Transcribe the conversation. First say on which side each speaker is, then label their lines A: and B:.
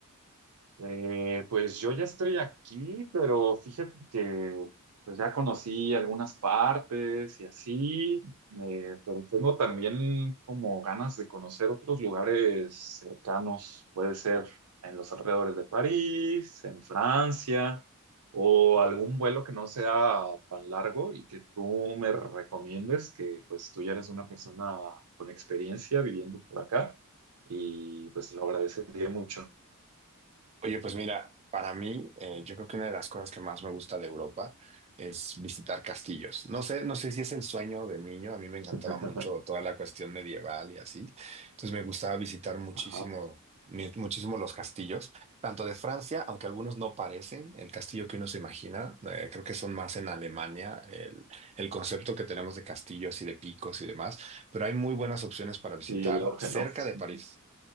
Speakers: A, on the right; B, on the right.
A: Eh, pues yo ya estoy aquí, pero fíjate que pues ya conocí algunas partes y así, eh, pero tengo también como ganas de conocer otros lugares cercanos, puede ser en los alrededores de París, en Francia, o algún vuelo que no sea tan largo y que tú me recomiendes, que pues tú ya eres una persona con experiencia viviendo por acá y pues te lo agradecería mucho.
B: Oye, pues mira, para mí, eh, yo creo que una de las cosas que más me gusta de Europa es visitar castillos. No sé, no sé si es el sueño de niño, a mí me encantaba
A: <laughs>
B: mucho toda la cuestión medieval y así. Entonces me gustaba visitar muchísimo,
A: Ajá.
B: mi- muchísimo los castillos, tanto de Francia, aunque algunos no parecen el castillo que uno se imagina, eh, creo que son más en Alemania, el, el concepto que tenemos de castillos y de picos y demás, pero hay muy buenas opciones para visitar
A: Y el auge,
B: cerca
A: ¿no?
B: de
A: Ujú.
B: París